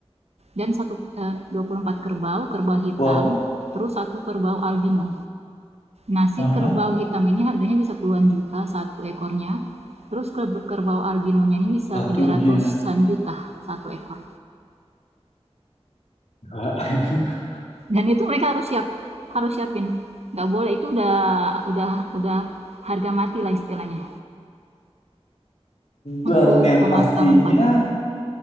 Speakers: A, on the right; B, on the left.
A: dan satu eh, 24 kerbau kerbau hitam
B: Wow.
A: terus satu kerbau albino nasi
B: Aha,
A: kerbau hitam ini harganya bisa puluhan juta satu ekornya terus kerb- kerbau albinonya ini bisa
B: satunya.
A: tiga ratusan juta satu ekor
B: <laughs>
A: dan itu mereka harus siap harus siapin nggak boleh itu udah udah udah harga mati lah istilahnya
B: Dan
A: untuk
B: yang
A: pemakaman
B: pastinya
A: patung